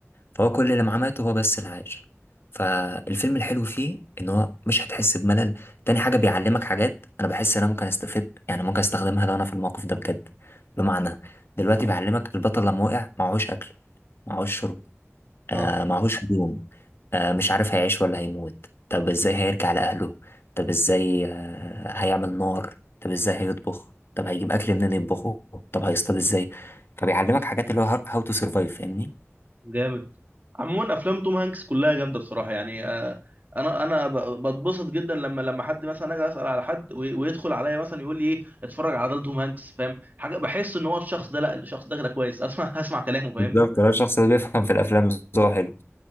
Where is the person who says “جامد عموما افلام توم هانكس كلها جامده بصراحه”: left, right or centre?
Right